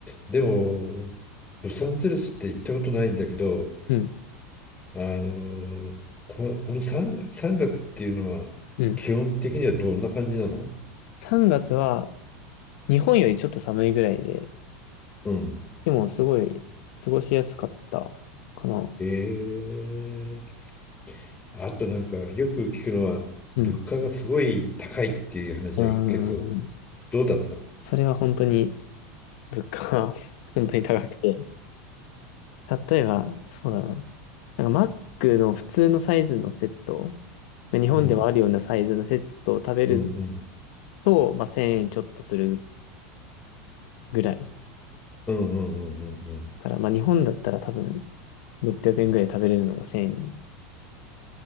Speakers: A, on the left; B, on the left.
A: でも、ロサンゼルスって行ったことないんだけど、
B: うん、
A: あの、こ、この 3, 3月っていうのは、
B: うん。
A: 基本的にはどんな感じなの
B: 3月は日本よりちょっと寒いぐらいで、
A: うん。
B: でもすごい過ごしやすかったかな。
A: えーあとなんかよく聞くのは物価がすごい高いっていう話が聞けると
B: うん。うーん。
A: どうだったの
B: それは本当に物価は <laughs> 本当に高くて。例えば、そうだな。なんかマックの普通のサイズのセット、まあ日本でもあるようなサイズのセットを食べる
A: うんうんうん
B: と、まあ、1000円ちょっとするぐらい。
A: うんうんうんうんうん
B: から、まあ、日本だったら多分600円ぐらいで食べれるのが1000円。